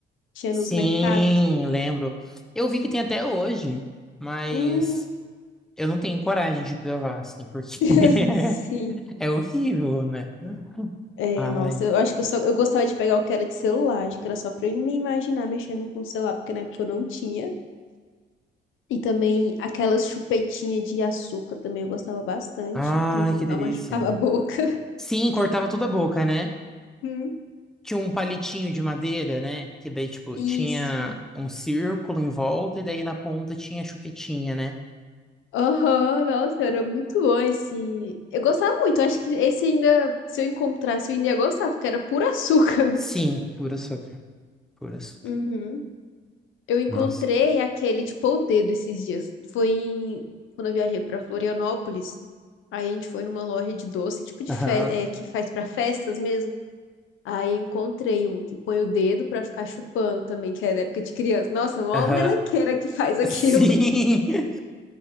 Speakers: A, on the left (about 80°); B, in the centre.
A: tinha
B: Sim,
A: nos mercados.
B: lembro. Eu vi que tem até hoje, mas
A: Hum,
B: eu não tenho coragem de provar, assim, porque
A: <laughs>
B: <laughs>
A: sim.
B: é horrível, né?
A: É,
B: Ai,
A: nossa, eu acho que eu só eu gostava de pegar o que era de celular, acho que era só pra eu me imaginar mexendo com o celular, porque na época eu não tinha. E também aquelas chupetinhas de açúcar também eu gostava bastante,
B: ai,
A: que no final
B: que delícia.
A: <laughs> machucava a boca. <laughs>
B: Sim, cortava toda a boca, né?
A: Hum.
B: Tinha um palitinho de madeira, né? Que daí, tipo,
A: Isso.
B: tinha um círculo em volta e daí na ponta tinha a chupetinha, né?
A: Aham, nossa, era muito bom esse. Eu gostava muito, eu acho que esse ainda, se eu encontrasse, eu ainda ia gostar, porque era puro açúcar.
B: Sim, puro açúcar, puro
A: <laughs>
B: açúcar.
A: Uhum. Eu encontrei
B: Nossa.
A: aquele, tipo, o dedo esses dias. Foi em... quando eu viajei pra Florianópolis. Aí a gente foi numa loja de doce, tipo de
B: Aham,
A: fe... é, que faz pra festas mesmo. Aí encontrei um que põe o dedo pra ficar chupando também, que é da época de criança. Nossa, mó
B: aham.
A: melequeira que faz aquilo.
B: Sim!
A: <laughs>
B: <laughs>